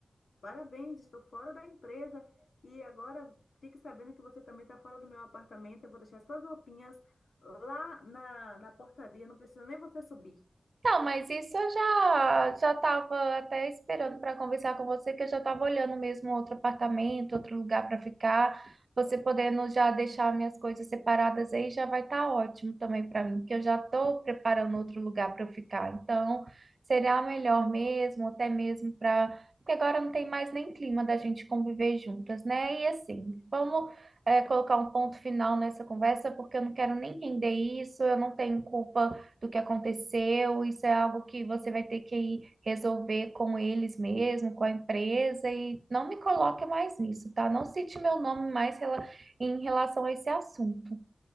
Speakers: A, on the left; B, on the right.
A: Parabéns, estou fora da empresa. E agora fique sabendo que você também está fora do meu apartamento. Eu vou deixar suas roupinhas lá na, na portaria. Não precisa nem você subir.
B: Não, mas isso eu já já estava até esperando para conversar com você, que eu já estava olhando mesmo outro apartamento, outro lugar para ficar. Você podendo já deixar minhas coisas separadas aí já vai estar ótimo também para mim, porque eu já estou preparando outro lugar para eu ficar. Então, seria melhor mesmo, até mesmo para. Porque agora não tem mais nem clima da gente conviver juntas, né? E assim,
A: Hum,
B: vamos. eh, colocar um ponto final nessa conversa, porque eu não quero nem render isso, eu não tenho culpa do que aconteceu, isso é algo que você vai ter que ir resolver com eles mesmo, com a empresa, e não me coloque mais nisso, tá? Não cite meu nome mais rela- em relação a esse assunto.